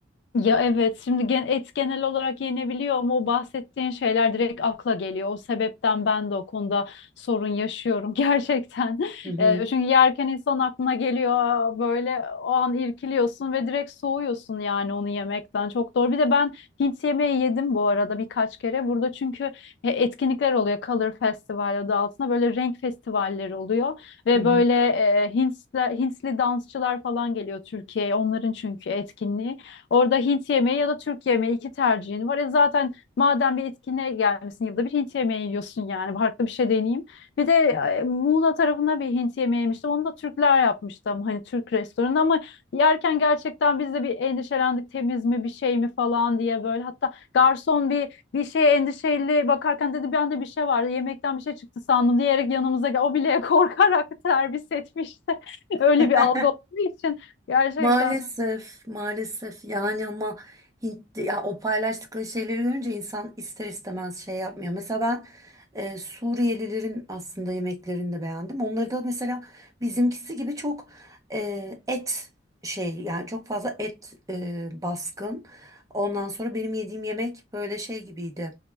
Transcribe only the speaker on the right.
Hı hı.
Hı hı.
<laughs>
Maalesef, maalesef yani ama Hint, ya o paylaştıkları şeyleri görünce insan ister istemez şey yapmıyor. Mesela ben e, Suriyelilerin aslında yemeklerini de beğendim. Onları da mesela bizimkisi gibi çok e, et şey yani çok fazla et e, baskın. Ondan sonra benim yediğim yemek böyle şey gibiydi.